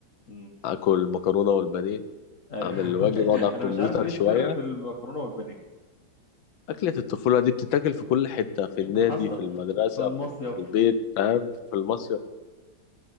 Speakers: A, on the left; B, on the left.
A: مم.
B: اكل مكرونه والبانيه
A: أيوه
B: اعمل
A: <laughs>
B: الواجب اقعد على الكمبيوتر
A: أنا مش عارف إيه
B: شويه
A: السر في المكرونة والبانيه
B: اكله الطفوله دي بتتاكل في كل حته في النادي
A: حصل
B: في المدرسه
A: في المصيف
B: في في البيت فاهم في المصيف